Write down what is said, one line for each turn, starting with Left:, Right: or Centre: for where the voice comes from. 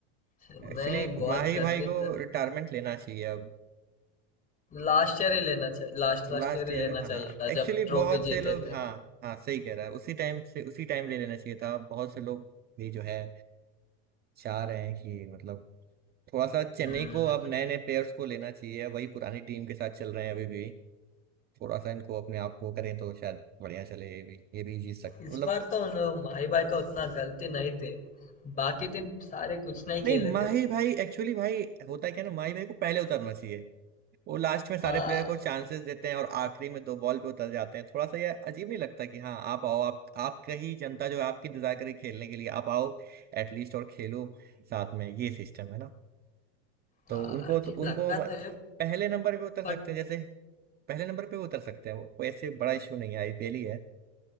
Left: चेन्नई
Right: एक्चुअली
Left: बहुत
Right: माही
Left: गंदी
Right: भाई को
Left: तरह
Right: रिटायरमेंट लेना चाहिए अब
Left: लास्ट ईयर ही लेना चाहिए लास्ट लास्ट
Right: लास्ट
Left: ईयर ही
Right: ईयर
Left: लेना
Right: हाँ
Left: चाहिए था
Right: एक्चुअली
Left: जब
Right: बहुत
Left: ट्रॉफी
Right: से
Left: जीते
Right: लोग
Left: थे
Right: हाँ हाँ सही कह रहा है उसी टाइम से उसी टाइम ले लेना चाहिए था बहुत से लोग भी जो है चाह रहे हैं कि मतलब थोड़ा सा चेन्नई
Left: हम्म
Right: को अब नए नए प्लेयर्स को लेना चाहिए वही पुरानी टीम के साथ चल रहे हैं अभी भी थोड़ा सा इनको अपने आप को करें तो शायद बढ़िया चले ये भी ये भी जीत सकते
Left: इस
Right: मतलब
Left: बार तो उन माही भाई का उतना गलती नहीं थी बाकी टीम सारे कुछ नहीं
Right: नहीं
Left: खेले
Right: माही
Left: थे
Right: भाई एक्चुअली भाई होता है क्या ना माही भाई को पहले उतरना चाहिए वो लास्ट में
Left: हाँ
Right: सारे प्लेयर को चांसेस देते हैं और आखिरी में दो बॉल पे उतर जाते हैं थोड़ा सा ये अजीब नहीं लगता कि हाँ आप आओ आप आपका ही जनता जो है आपकी इंतजार करी खेलने के लिए आप आओ एटलीस्ट और खेलो साथ में ये सिस्टम है ना तो
Left: हाँ,
Right: उनको
Left: अजीब
Right: तो उनको
Left: लगता
Right: मत-
Left: तो है
Right: पहले नंबर पे उतर सकते
Left: बट
Right: हैं जैसे पहले नंबर पे उतर सकते हैं वो कोई ऐसे बड़ा इशू नहीं है आईपीएल ही है